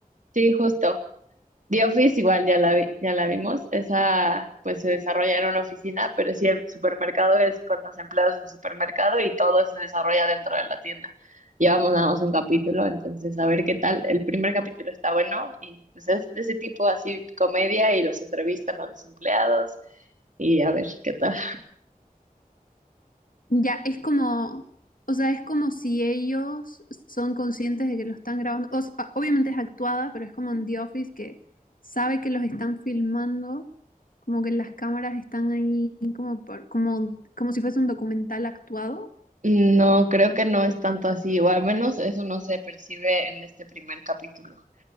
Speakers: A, on the right; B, on the left.
A: Sí, justo. The Office igual ya la vi- ya la vimos. Esa pues se desarrolla en una oficina, pero sí el supermercado es con los empleados del supermercado y todo se desarrolla dentro de la tienda. Llevamos nada más un capítulo, entonces a ver qué tal. El primer capítulo está bueno y pues es de ese tipo así comedia y los entrevistan a los empleados y a ver qué tal.
B: Ya, es como, o sea, es como si ellos son conscientes de que lo están grabando. O sea, obviamente es actuada, pero es como en The Office que sabe que los están filmando, como que las cámaras están ahí como por- como, como si fuese un documental actuado.
A: No, creo que no es tanto así, o al menos eso no se percibe en este primer capítulo.